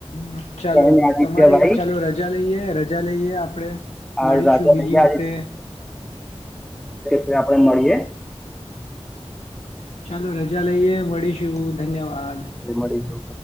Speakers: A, on the left (about 85°); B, in the centre.
A: હ ચાલો
B: કેમ
A: હુ
B: આદિત્યભાઈ
A: તમારી ચાલો રજા લઈએ, રજા લઈએ આપડે
B: આ
A: મળીશું
B: રાજા
A: બીજી
B: રહીયા
A: વખતે.
B: જો આપણે મળીએે
A: ચાલો રજા લઈએ મળીશું ધન્યવાદ.
B: મળીશું.